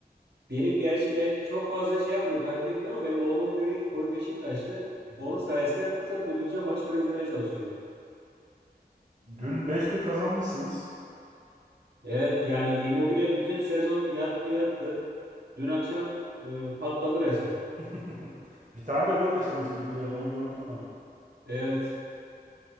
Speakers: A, on the right; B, on the right.
A: Benim gerçi ben çok fazla şey yapmıyorum, takip etmiyorum ama benim oğlumun biri koyu Beşiktaşlı.
B: Hı hı.
A: Onun sayesinde fırsat buldukça maçları izlemeye çalışıyorum.
B: Dün beş 1 kazanmışsınız.
A: Evet yani Immobile bütün sezon yattı yattı. Dün akşam e, patladı resmen.
B: <laughs> bir tane de gol kaçırmıştı ilk yarıda onu gördüm ben.
A: Evet.